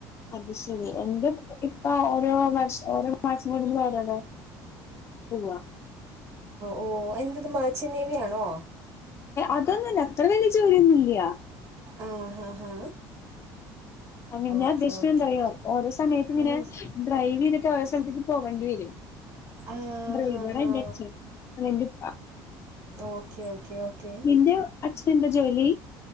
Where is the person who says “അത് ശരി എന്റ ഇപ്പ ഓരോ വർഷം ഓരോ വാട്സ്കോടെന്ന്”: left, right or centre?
Left